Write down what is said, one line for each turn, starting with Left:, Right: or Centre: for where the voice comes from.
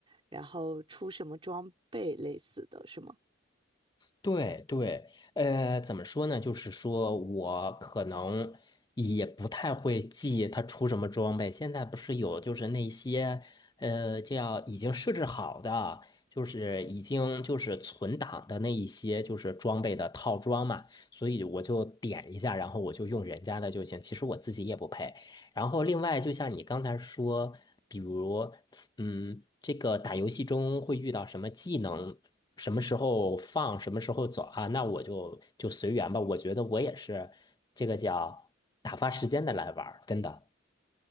Right: 然后出什么装备类似的，是吗？
Left: 对对，呃，怎么说呢？就是说我可能也不太会记它出什么装备。现在不是有就是那些呃叫已经设置好的，就是已经就是存档的那一些就是装备的套装嘛，所以我就点一下，然后我就用人家的就行。其实我自己也不配。然后另外，就像你刚才说，比如嗯，这个打游戏中会遇到什么技能？什么时候放，什么时候走啊？那我就就随缘吧。我觉得我也是这个叫打发时间的来玩儿，真的。